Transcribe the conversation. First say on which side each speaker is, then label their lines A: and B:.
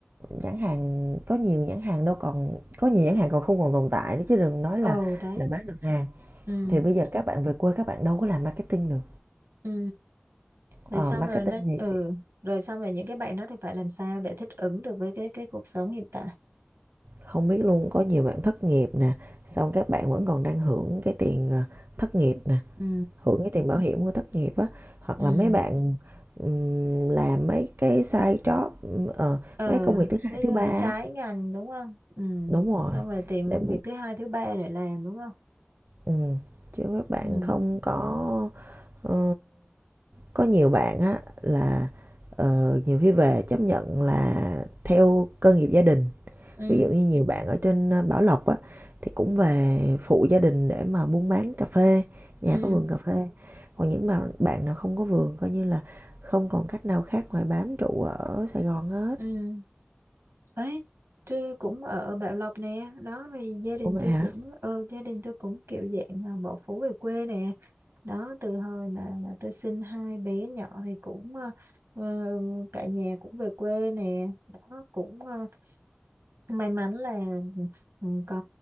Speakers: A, on the right; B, on the right.
A: nhãn hàng có nhiều nhãn hàng đâu còn có nhiều nhãn hàng còn không còn tồn tại nữa chứ đừng nói
B: ừ
A: là
B: đấy
A: là bán được hàng.
B: ừ
A: Thì bây giờ các bạn về quê các bạn đâu có làm marketing được.
B: ừ rồi
A: Ờ,
B: xong
A: marketing
B: rồi nó ừ
A: thì
B: rồi xong rồi những cái bạn đó thì phải làm sao để thích ứng được với cái cái cuộc sống hiện tại
A: không biết luôn, có nhiều bạn thất nghiệp nè, xong các bạn vẫn còn đang hưởng cái tiền, ờ, thất nghiệp nè,
B: ừ
A: hưởng cái tiền bảo hiểm của thất nghiệp á, hoặc
B: ừ
A: là mấy bạn, ừm, làm mấy cái side job, ừm, ờ,
B: ờ
A: mấy công việc thứ hai,
B: với,
A: thứ ba
B: với trái ngành đúng không ừ
A: Đúng rồi,
B: xong rồi tìm
A: để
B: công việc thứ hai thứ ba để làm đúng không
A: Ừm, chứ các bạn
B: ừ
A: không có ờ, có nhiều bạn á là, ờ, nhiều khi về chấp nhận là theo cơ nghiệp gia đình.
B: ừ
A: Ví dụ như nhiều bạn ở trên, ơ, Bảo Lộc á, thì cũng về phụ gia đình để mà buôn bán cà phê, nhà
B: ừ
A: có vườn cà phê. Còn những bạn bạn nào không có vườn coi như là không còn cách nào khác ngoài bám trụ ở Sài Gòn hết.
B: ừ ấy tôi cũng ở Bảo Lộc nè đó thì gia đình
A: Ủa vậy
B: tôi
A: hả?
B: cũng ờ gia đình tôi cũng kiểu dạng là bỏ phố về quê nè đó từ hồi mà mà tôi sinh hai bé nhỏ thì cũng ờ, ờ, cả nhà cũng về quê nè đó cũng ờ, may mắn là ừ, có